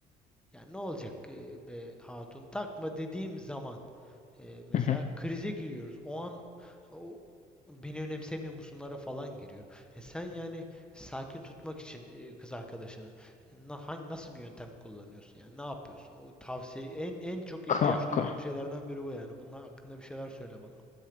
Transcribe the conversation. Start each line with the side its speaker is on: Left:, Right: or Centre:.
Centre: yani ne olacak e, be hatun takma dediğim zaman e, mesela
Left: hı hı.
Centre: krize giriyoruz. O an o beni önemsemiyor musunlara falan giriyor. E sen yani sakin tutmak için e, kız arkadaşını na, hangi nasıl bir yöntem kullanıyorsun? Yani ne yapıyorsun? O tavsiye en en çok ihtiyaç
Left: Kanka.
Centre: duyduğum şeylerden biri bu yani. Bunun hakkında bir şeyler söyle bana.